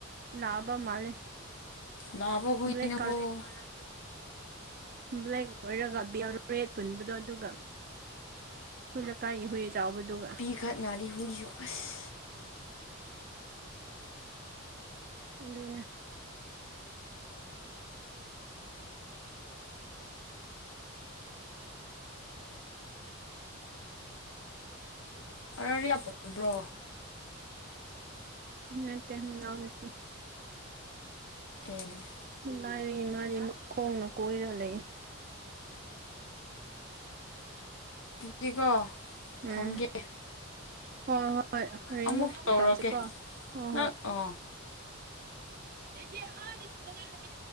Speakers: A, on the right; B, on the left.
A: ꯂꯥꯛꯑꯕ ꯃꯥꯜꯂꯦ
B: ꯂꯕꯣꯛ ꯈꯅ
A: ꯕ꯭ꯂꯦꯛ
B: ꯀꯧꯕꯣ
A: ꯕ꯭ꯂꯦꯛꯔꯒ ꯕꯦꯜ ꯔꯦꯠ ꯄꯨꯟꯕꯗꯣ ꯑꯗꯨꯒ ꯑꯩꯈꯣꯏ ꯂꯩꯀꯥꯏꯒꯤ ꯍꯨꯏ ꯆꯥꯎꯕꯗꯨꯒ
B: ꯈꯠ ꯅꯥꯔꯤ ꯍꯨꯏꯌ ꯑꯁ
A: ꯑꯅꯦ
B: ꯑꯔꯤꯌꯥ ꯄꯕ꯭ꯔꯣ
A: ꯎꯝ ꯅꯠꯇꯟꯅꯎꯅꯠꯇ
B: ꯑꯦ
A: ꯂꯥꯏꯔꯤ ꯏ ꯃꯥꯥꯗꯤꯨꯛ ꯈꯣꯡꯅ ꯀꯣꯏꯔ ꯂꯩꯦ
B: ꯗꯤꯀꯣ
A: ꯎꯝ
B: ꯊꯝꯒꯦ
A: ꯍꯣꯏ ꯍꯣꯏ ꯍꯣꯔꯦꯟꯦꯟꯃꯨꯛ
B: ꯑꯃꯨꯛ ꯇꯧꯔꯛꯀꯦ
A: ꯇꯧꯁꯤꯀꯣ ꯍꯣꯏ
B: ꯅꯪ
A: ꯍꯣꯏ
B: ꯑꯣ
A: ꯦꯗꯤ ꯁꯀꯨ ꯀ